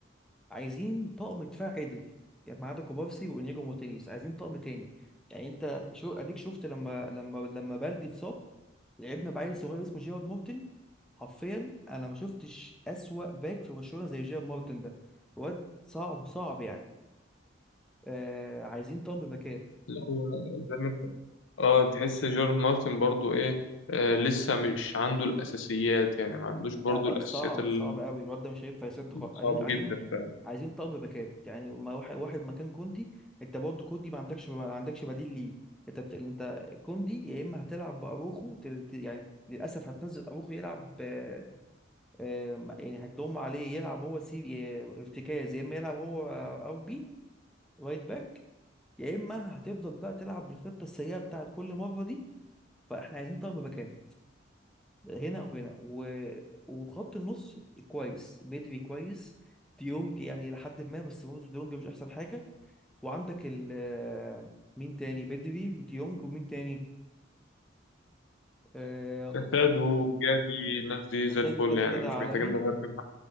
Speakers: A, in the centre; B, on the left (about 80°).
A: عايزين طقم دفاع عدل يعني ما عدا كوبارسي وانياجو مارتينيز عايزين طقم تاني يعني انت شو اديك شفت لما لما لما بلدي اتصاب لعبنا بعيل صغير اسمه جيرارد مارتن حرفيا انا ما شفتش اسوأ باك في برشلونة زي جيرارد مارتن ده واد صعب صعب يعني آه عايزين طقم باكات
B: لا هو زي ما انت اه تحس جيرارد مارتن برضه ايه آه لسه مش عنده الاساسيات يعني ما عندوش برضه
A: لا لا
B: الاساسيات
A: صعب
B: ال-
A: صعب قوي الواد ده مش هينفع يسد خالص
B: صعب
A: عايزين عايزين
B: جدا فعلا
A: عايزين طقم باكات يعني ما واحد واحد مكان كوندي انت برضه كوندي ما عندكش ما عندكش بديل ليه انت بت... انت كوندي يا اما هتلعب باروخو ت... ت- يعني للاسف هتنزل اروخو يلعب آه، آه، يعني هتضم عليه يلعب هو سي آه، ارتكاز يا اما يلعب هو ار بي رايت باك يا اما هتفضل بقى تلعب بالخطه السيئه بتاعت كل مره دي فاحنا عايزين طقم باكات هنا وهنا و... وخط النص كويس بدري كويس ديونج يعني إلى حد ما بس برضه ديونج مش أحسن حاجة وعندك ال مين تاني بدري وديونج ومين تاني آه...
B: كاسادو جافي الناس دي
A: كاسادو
B: زي الفل
A: كده
B: يعني
A: كده
B: مش
A: عالمي
B: محتاجين نغير فيهم